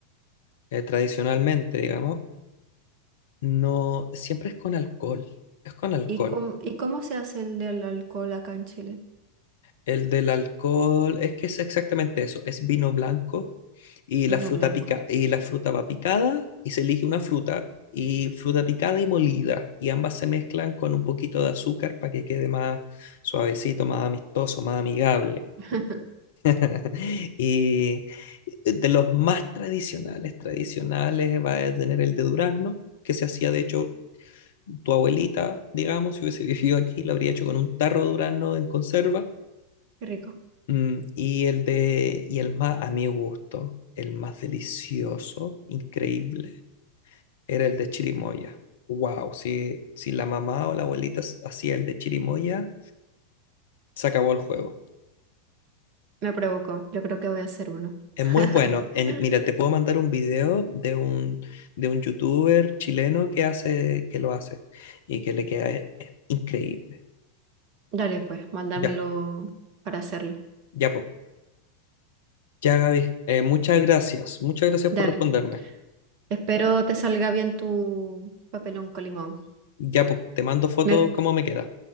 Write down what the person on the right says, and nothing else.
¿Y cómo, y cómo se hace el del alcohol acá en Chile?
Vino
blanco.
<laughs>
Qué rico.
Me provocó. Yo creo que voy a hacer uno.
<laughs>
Dale, pues, mándamelo
para hacerlo.
Dale.
Espero te salga bien tu papelón con limón.
Me,